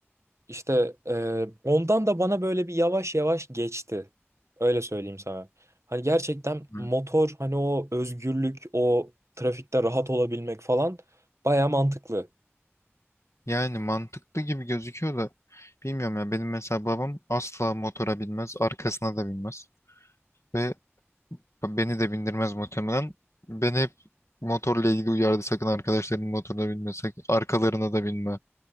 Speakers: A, on the right; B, on the left.
A: İşte e, ondan da bana böyle bir yavaş yavaş geçti. Öyle söyleyeyim sana. Hani gerçekten
B: Evet.
A: motor hani o özgürlük, o trafikte rahat olabilmek falan baya mantıklı.
B: Yani mantıklı gibi gözüküyor da bilmiyorum ya benim mesela babam asla motora binmez arkasına da binmez. Ve Beni de bindirmez muhtemelen. Beni hep motorla ilgili uyardı sakın arkadaşların motoruna binme, sakın arkalarına da binme.